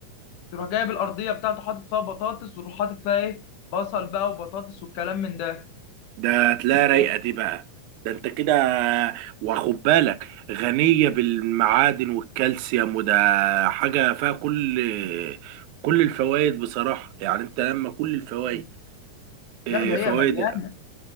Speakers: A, on the left; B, on the right.
A: تروح جايب الارضيه بتاعته حاطط فيها بطاطس وتروح حاطط فيها ايه بصل بقى وبطاطس والكلام من ده
B: ده هتلاقيها
A: وشوية-
B: رايقه دي بقى ده انت كده واخد بالك غنيه بالمعادن والكالسيوم وده حاجه فيها كل كل الفوائد بصراحه يعني انت لما كل الفوائد اه،
A: لا ده هي
B: فوائد
A: مليانه
B: ال-